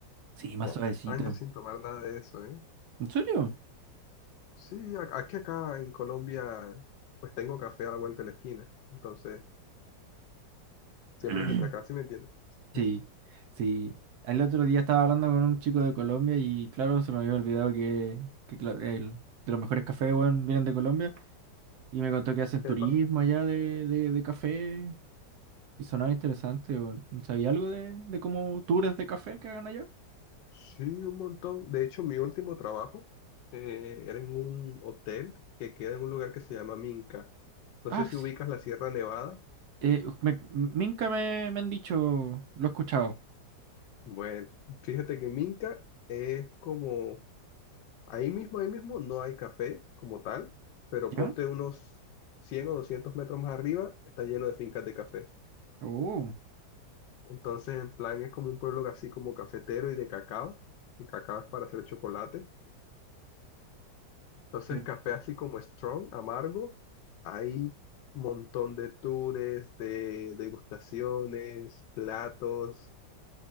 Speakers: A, on the right; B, on the left.
A: Sí, más
B: Fua,
A: suavecito.
B: años sin tomar nada de eso, ¿eh?
A: ¿En serio?
B: Sí, a- aquí acá en Colombia, pues tengo café a la vuelta de la esquina. Entonces, siempre
A: <clears throat>
B: es el de acá, ¿sí me entiendes? <laughs>
A: Sí, sí. El otro día estaba hablando con un chico de Colombia y claro, se me había olvidado que, que claro, el, de los mejores cafés, weón, vienen de Colombia. Y me contó que hacen
B: Epa.
A: turismo allá de, de, de café. Y sonaba interesante, weón. ¿Sabía algo de, de cómo tours de café que hagan allá?
B: Sí, un montón. De hecho, mi último trabajo eh, era en un hotel que queda en un lugar que se llama Minca. No
A: Ah,
B: sé si
A: sí.
B: ubicas la Sierra Nevada.
A: Eh, me, Minca me, me han dicho, lo he escuchado.
B: Bueno, fíjate que Minca es como Ahí mismo, ahí mismo, no hay café como tal, pero ponte
A: ¿Ya?
B: unos 100 o 200 metros más arriba, está lleno de fincas de café.
A: Oh,
B: Entonces, en plan, es como un pueblo así como cafetero y de cacao. El cacao es para hacer chocolate. Entonces,
A: qué,
B: café así como strong, amargo. Hay un montón de tours, de degustaciones, platos.